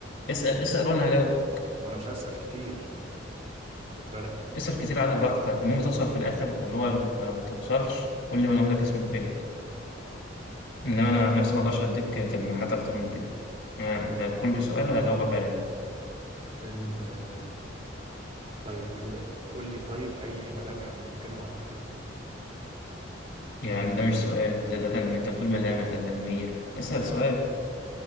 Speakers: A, on the left; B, on the right.
A: اسال اسال وانا هجاوب
B: ما أنا مش عايز أسأل كتير يعني واخد بالك يعني
A: اسال كتير عادي براحتك المهم توصل في الاخر واللي هو لما ما توصلش قول لي وانا اقول لك اسم الفيلم انما انا عن نفسي ما اقدرش اديك تلميحات اكتر من كده أنا- ده كل سؤال هجاوبك عليه
B: فيلم آه، طيب ال- قول لي طيب أي ملامح عن اللي كانوا معاه في الفيلم
A: يعني ده مش سؤال ده ده تلميح انت بتقول ملامح ده تلميح اسال
B: يعني
A: سؤال